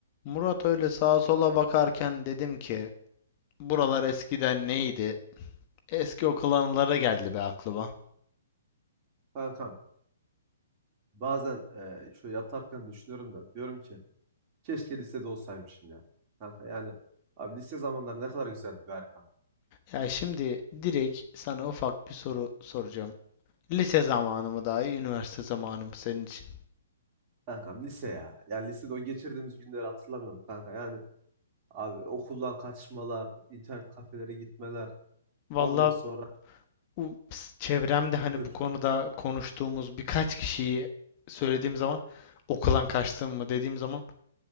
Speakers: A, on the left; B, on the right.
A: Murat öyle sağa sola bakarken dedim ki buralar eskiden neydi? Eski okul anıları geldi be aklıma.
B: Kankam bazen e, şöyle yatarken düşünüyorum da diyorum ki keşke lisede olsaymışım ya. Kanka yani abi lise zamanları ne kadar güzeldi be Erkan.
A: Ya şimdi direkt sana ufak bir soru soracağım. Lise zamanı mı daha iyi, üniversite zamanı mı senin için?
B: Kankam lise ya. Yani lisede o geçirdiğimiz günleri hatırlamıyorum kanka. Yani abi okuldan kaçmalar, internet kafelere gitmeler.
A: Valla
B: Ondan sonra
A: u- ps- çevremde hani
B: buyur.
A: bu konuda konuştuğumuz birkaç kişiyi söylediğim zaman okuldan kaçtın mı dediğim zaman